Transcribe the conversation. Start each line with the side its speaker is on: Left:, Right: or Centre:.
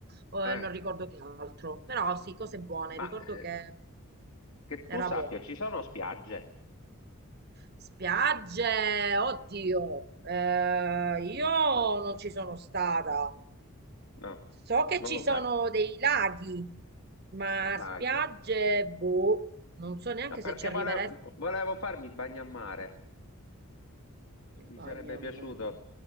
Right: o
Left: Eh,
Right: eh, non ricordo che altro, però sì, cose buone.
Left: ma
Right: Ricordo
Left: eh,
Right: che
Left: che tu
Right: era
Left: sappia,
Right: buono.
Left: ci sono spiagge?
Right: Spiagge, oddio, eh, io
Left: Non-
Right: non ci sono stata.
Left: no,
Right: So che
Left: non
Right: ci
Left: lo
Right: sono
Left: sai,
Right: dei laghi, ma
Left: Ah, laghi.
Right: spiagge, boh, non so neanche
Left: No, perché
Right: se ci arriveresti.
Left: volevo, volevo farmi il bagnamare,
Right: Il
Left: mi
Right: bagno
Left: sarebbe
Right: a
Left: piaciuto,
Right: mare.